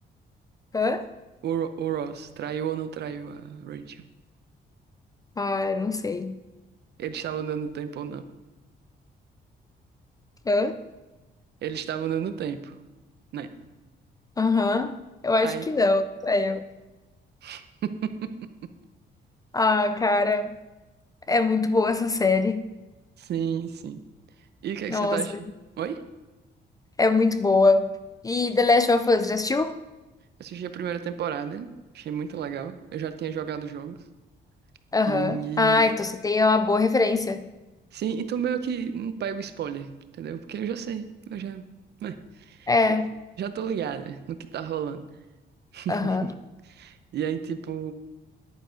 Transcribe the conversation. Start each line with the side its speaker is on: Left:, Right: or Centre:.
Left: Hã?
Right: O, Ro- o Ross traiu ou não traiu a Rachel?
Left: Ah, eu não sei.
Right: Eles estavam dando tempo ou não?
Left: Hã?
Right: Eles estavam dando tempo, né?
Left: Aham. Eu acho
Right: Aí,
Left: que não. É, eu
Right: <laughs>
Left: Ah, cara, é muito boa essa série.
Right: sim, sim. E o que é
Left: Nossa,
Right: que você tá achando? Oi?
Left: é muito boa. E The Last of Us, já assistiu?
Right: Assisti a primeira temporada, achei muito legal. Eu já tinha jogado jogos.
Left: Aham.
Right: e
Left: Ah, então você tem uma boa referência.
Right: Sim, então meio que não pego spoiler, entendeu? Porque eu já sei, eu já, né,
Left: É.
Right: já já tô ligada no que tá rolando. <laughs>
Left: Aham.
Right: E aí, tipo,